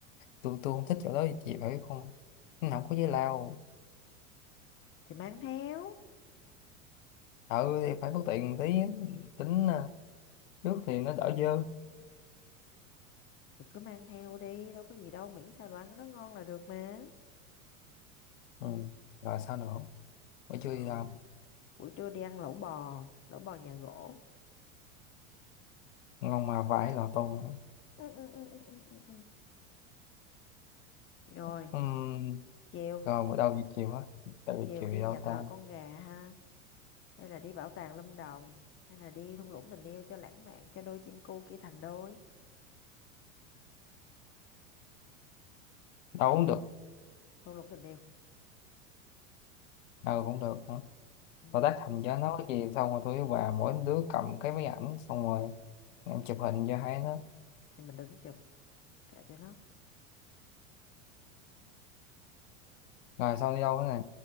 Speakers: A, on the left; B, on the left.
A: tôi tôi không thích chỗ đó chị phải biết không nó không có giấy lao
B: thì mang theo
A: ừ thì phải bất tiện tí tính à, nước thì nó đỡ dơ
B: thì cứ mang theo đi đâu có gì đâu miễn sao đồ ăn nó ngon là được mà
A: ừ. rồi sao nữa buổi
B: rồi
A: trưa thì làm
B: buổi trưa đi ăn lẩu bò lẩu bò nhà gỗ
A: ngon mà vải lò tô nữa
B: ừ, ừ, ừ, ừ, ừ, ừ. ừ. rồi
A: Ừm,
B: chiều
A: rồi bữa đầu giờ chiều á tại
B: chiều
A: vì chiều
B: đi
A: thì đâu
B: nhà
A: ta
B: thờ con gà ha hay là đi bảo tàng Lâm Đồng hay là đi thung lũng tình yêu cho lãng mạn cho đôi chim cu kia thành đôi
A: đâu cũng được
B: thung lũng tình yêu
A: đâu cũng được nữa.
B: ừ.
A: rồi tác thành cho nó cái gì xong rồi tôi với bà mỗi đứa cầm cái máy ảnh xong rồi em chụp hình cho hai nó
B: thì mình đứng chụp kệ tụi nó
A: rồi xong đi đâu nữa nè